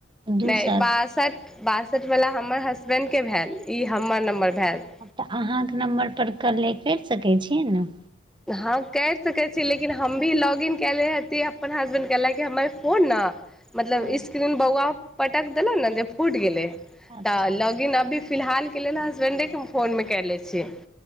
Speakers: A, on the right; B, in the centre.
A: दूसर
B: नै बासठ- बासठिबला हमर हसबैंड के भेएल इ हमर नम्बर भेएल।
A: तऽ अहाँक नम्बर पर करले कैर सकै छियै न?
B: हँ कैर सकै छी लेकिन हम भी लॉगइन केए ले हेती अपन हसबैंड के लेकिन हमर फोन न मतलब
A: ने
B: स्क्रीन बौवा पटक देलन ने जे फूट गेलै।
A: अच्छा
B: तऽ लॉगिन अभी फिलहाल के लेल हसबेंडे के फोन मे कएले छी।